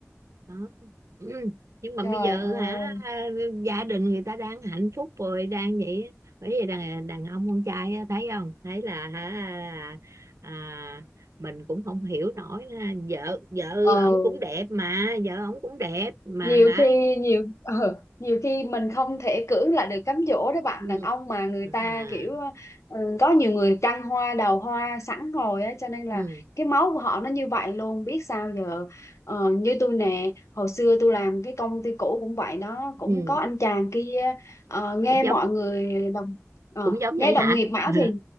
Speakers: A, on the right; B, on the left.
A: đó. Ừ. nhưng mà
B: Trời
A: bây giờ
B: ơi
A: hả gia đình người ta đang hạnh phúc rồi đang vậy á. bởi vì đàn đàn ông con trai á, thấy không thấy là hả à, mình cũng không hiểu nổi ha. vợ vợ
B: Ờ
A: ổng cũng đẹp mà vợ ổng cũng đẹp mà
B: nhiều
A: hả
B: khi nhiều ờ, nhiều khi mình không thể cưỡng lại được cám dỗ đó bạn
A: Ừ.
B: đàn ông mà người
A: à
B: ta kiểu ừ, có nhiều người trăng hoa đầu hoa sẵn rồi á cho nên là
A: ừ
B: cái máu của họ nó như vậy luôn biết sao giờ Ờ, như tôi nè hồi xưa tôi làm cái công ty cũ cũng vậy nó cũng
A: ừ
B: có anh chàng kia ờ, nghe
A: cũng giống
B: mọi người đồng ờ,
A: cũng giống
B: nghe
A: vậy
B: đồng
A: hả
B: nghiệp bảo
A: <laughs>
B: thì